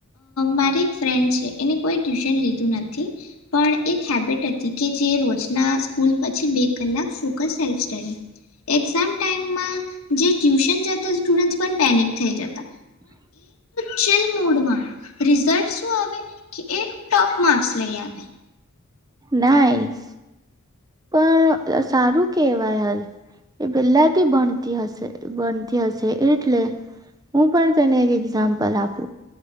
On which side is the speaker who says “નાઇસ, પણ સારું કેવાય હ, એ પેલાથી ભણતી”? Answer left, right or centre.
Right